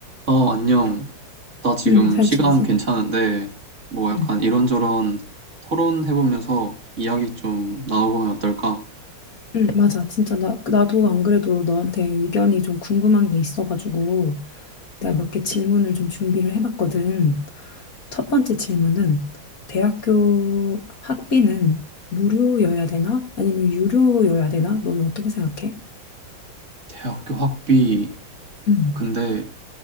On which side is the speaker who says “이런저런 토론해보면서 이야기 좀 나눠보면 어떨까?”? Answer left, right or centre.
Right